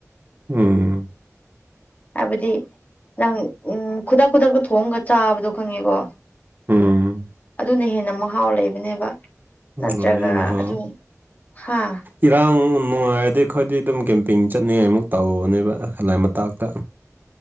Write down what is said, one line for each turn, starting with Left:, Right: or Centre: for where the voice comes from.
Right: ꯎꯝ
Left: ꯍꯥꯏꯕꯗꯤ ꯅꯪ ꯎꯝ ꯈꯨꯗꯛ ꯈꯨꯗꯛꯇ ꯊꯣꯡꯉꯒ ꯆꯥꯕꯗꯣ ꯈꯪꯉꯦꯀꯣ
Right: ꯎꯝ
Left: ꯑꯗꯨꯅ ꯍꯦꯟꯅ ꯃꯍꯥꯎ ꯂꯩꯕꯅꯦꯕ ꯅꯠꯇ꯭ꯔꯒ
Right: ꯂꯣꯏꯌꯦ ꯃꯍꯥꯎ
Left: ꯑꯗꯨ ꯍꯥꯥ
Right: ꯏꯔꯥꯡ ꯅꯨꯡꯉꯥꯏꯔꯗꯤ ꯑꯩꯈꯣꯏꯗꯤ ꯑꯗꯨꯝ ꯀꯦꯝꯄꯤꯡ ꯆꯠꯅꯤꯡꯉꯥꯏꯃꯨꯛ ꯇꯧꯕꯅꯦꯕ ꯂ ꯂꯥꯏ ꯃꯇꯥꯛꯇ